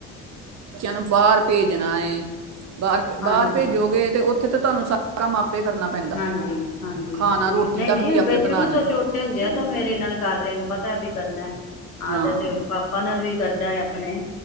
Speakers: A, on the right (about 40°); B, on the left (about 85°).
A: ਨੂੰ ਬਾਹਰ ਭੇਜਣਾ ਏ ਬਾਹਰ ਬਾਹਰ
B: ਹਾਂਜੀ
A: ਭੇਜੋਗੇ ਤੇ ਉੱਥੇ ਤਾਂ ਤੁਹਾਨੂੰ ਸਾਰਾ ਕੰਮ ਆਪੇ ਕਰਨਾ ਪੈਂਦਾ
B: ਹਾਂਜੀ ਹਾਂਜੀ
A: ਖਾਣਾ ਰੋਟੀ
B: ਨਹੀਂ
A: ਤੱਕ
B: ਨਹੀਂ
A: ਵੀ ਆਪੇ
B: ਸ਼ੁਰੂ
A: ਬਣਾਉਣੀ
B: ਤੋਂ ਛੋਟੇ ਹੁੰਦੇ ਆ ਤੇ ਮੇਰੇ ਨਾਲ ਕਰ ਰਹੇ ਪਤਾ ਵੀ ਕਰਨਾ ਆਦਤ
A: ਹਾਂ
B: ਏ ਹੁਣ ਪਾਪਾ ਨਾਲ ਵੀ ਕਰਦਾ ਆਪ ਆਪਣੇ